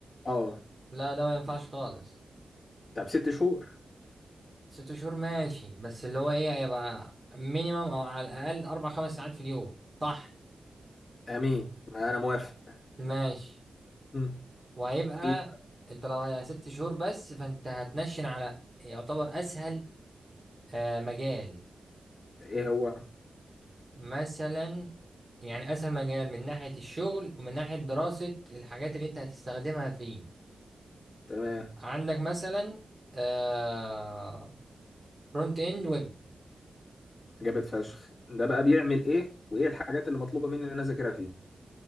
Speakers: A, on the left; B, on the right.
A: اه
B: لا ده ما ينفعش خالص
A: طب ست شهور
B: ست شهور ماشي بس اللي هو ايه هيبقى مينيمم او على الاقل اربع خمس ساعات في اليوم طحن
A: امين ما انا موافق
B: ماشي
A: مم.
B: وهيبقى
A: ايه
B: انت لو هي ست شهور بس فانت هتنشن على يعتبر اسهل آه مجال
A: ايه هو
B: مثلا يعني اسهل مجال من ناحية الشغل ومن ناحية دراسة الحاجات اللي انت هتستخدمها فيه
A: تمام
B: عندك مثلا آه، فرونت اند ويب
A: جامد فشخ ده بقى بيعمل ايه وايه الحاجات اللي مطلوبة مني ان انا اذاكرها فيه